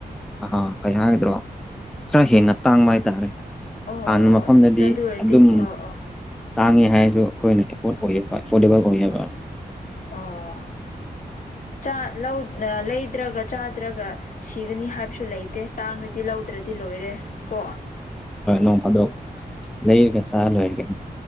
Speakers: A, in the centre; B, on the left.
A: ꯑꯥ ꯀꯩ ꯍꯥꯏꯒꯗ꯭ꯔꯥ ꯈꯔ ꯍꯦꯟꯅ ꯇꯥꯡꯕ ꯍꯥꯏꯇꯥꯔꯦ
B: ꯑꯣ
A: ꯍꯥꯟꯅ ꯃꯐꯝꯗꯗꯤ
B: ꯑꯗꯨ ꯑꯣꯏꯔꯗꯤ
A: ꯑꯗꯨꯝ
B: ꯑꯣ ꯑꯣ
A: ꯇꯥꯡꯉꯦ ꯍꯥꯏꯔꯁꯨ ꯑꯩꯈꯣꯏꯅ ꯑꯦꯐꯣꯔꯗ ꯑꯣꯏꯌꯦꯕ ꯑꯦꯐꯣꯔꯗꯦꯕꯜ ꯑꯣꯏꯌꯦꯕ
B: ꯑꯥ ꯆꯥ ꯂꯧ ꯑ ꯂꯩꯗ꯭ꯔꯒ ꯆꯥꯗ꯭ꯔꯒ ꯁꯤꯒꯅꯤ ꯍꯥꯏꯕꯁꯨ ꯂꯩꯇꯦ ꯇꯥꯡꯂꯗꯤ ꯂꯧꯗ꯭ꯔꯗꯤ ꯂꯣꯏꯔꯦ ꯀꯣ
A: ꯅꯣꯡꯐꯥꯗꯣꯛ ꯂꯩꯔꯒ ꯆꯥꯔ ꯂꯣꯏꯔꯦ ꯀꯩꯅꯣ